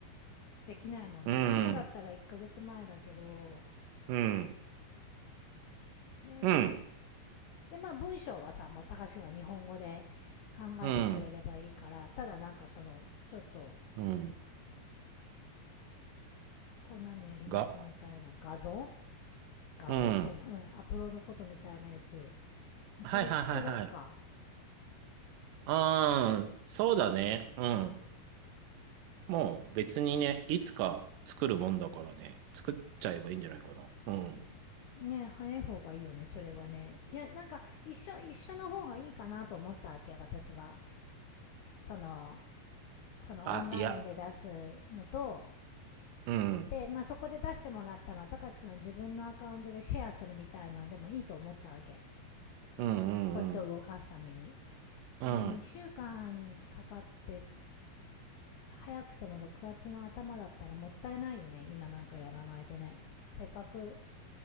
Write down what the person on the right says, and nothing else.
うん、
うん、
うん、
うん、
うん、
が、
うん。
はいはいはいはい。ああ、そうだね。うん。もう別にね、いつか作るもんだからね、作っちゃえばいいんじゃないかな。うん。
あ、いや、うん、
うん、うん、
うん、